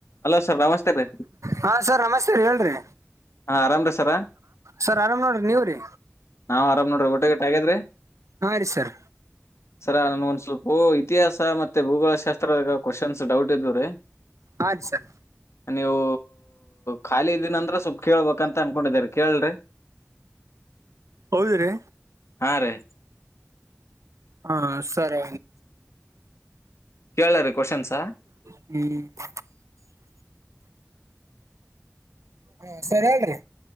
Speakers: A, on the left; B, on the right.
A: Hello sir ನಮಸ್ತೆ ರೀ
B: ಹಾ ಸರ್ ನಮಸ್ತೆ ರೀ ಹೇಳ್ರಿ
A: ಹಾ ಆರಾಮ್ರೀ ಸರ
B: ಸರ್ ಆರಾಮ್ ನೋಡ್ರಿ ನೀವ್ರಿ
A: ನಾವ್ ಆರ್ ನೋಡ್ರ ಊಟ ಗಟಗ್ಯ್ರೀ
B: ಹಾ ರೀ ಸರ್
A: <inaudible> ಸರ ನನ್ ಒಂದ ಸ್ವಲ್ಪ ಇತಿಹಾಸ ಮತ್ತೆ ಭೂಗೋಳಶಾಸ್ತ್ರದ ಕ್ವಶನ್ಸ್ ಡೌಟ್ ಇದ್ವ್ರೀ
B: ಹ ಸರ್
A: ನೀವು ಖಾಲಿ ಇದಂತ್ರ ಸವಲ್ ಕೇಳ್ಬ ಅಂತ ಅನ್ಕೊಂಡಿದಾರ ಕೇಳಲ್್ರಿ
B: ಹೌದ್ರೀ
A: ಹಾ ರೀ
B: ಹಾ ಸರಿ
A: ಕೇಳ ರ ಕ್ಶ್ನ್ಸಾ
B: ಹ್ಮ್ ಹಾ ಸರಿ ಹೇಳ್ರಿ